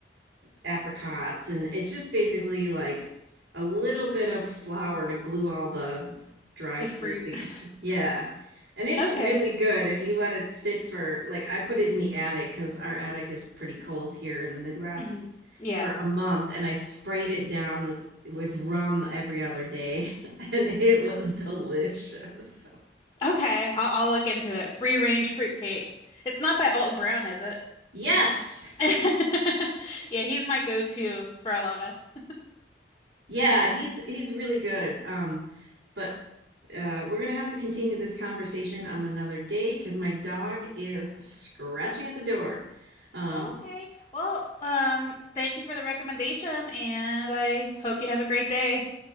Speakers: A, on the right (about 75°); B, on the left (about 25°).
A: apricots and it's just basically like a little bit of flour to glue all the dried
B: The fruit.
A: fruit together.
B: <laughs>
A: Yeah. And it's
B: Okay.
A: really good if you let it sit for like I put it in the attic because our attic is pretty cold here in the Midwest
B: hmm Yeah.
A: for a month and I sprayed it down with with rum every other day <laughs> and it was delicious.
B: Okay. I'll, I'll look into it. Free range fruit cake. It's not by Alton Brown, is it?
A: Yes.
B: <laughs> Yeah, he's my go-to for a lot of.
A: Yeah, he's he's really good. Um, but uh, we're gonna have to continue this conversation on another day because my dog is scratching at the door. Um,
B: Oh, okay. Well, um, thank you for the recommendation, and I hope you have a great day.